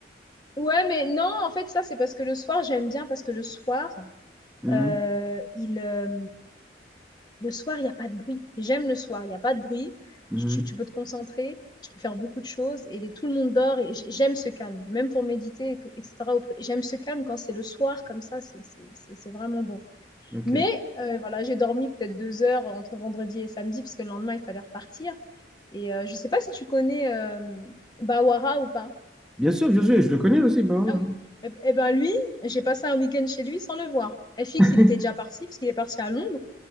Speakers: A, on the left (about 25°); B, in the centre.
A: Ouais, mais non, en fait, ça, c'est parce que le soir, j'aime bien parce que le soir,
B: Mhm.
A: euh, il, euh, le soir, il n'y a pas de bruit. J'aime le soir, il n'y a pas de bruit.
B: Mhm.
A: Tu, tu peux te concentrer, tu peux faire beaucoup de choses et les- tout le monde dort et j- j'aime ce calme, même pour méditer, que- etc. auprès- J'aime ce calme quand c'est le soir comme ça, c'est c'est- c'est- c'est vraiment bon.
B: Ok.
A: Mais euh, voilà, j'ai dormi peut-être deux heures entre vendredi et samedi parce que le lendemain, il fallait repartir. Et euh, je sais pas si tu connais euh, Bawara ou pas.
B: Bien sûr, bien sûr, je le connais aussi, bah ouais.
A: Ah oui. Eh eh ben lui, j'ai passé un week-end chez lui sans le voir. FX,
B: <laughs>
A: il était déjà parti parce qu'il est parti à Londres.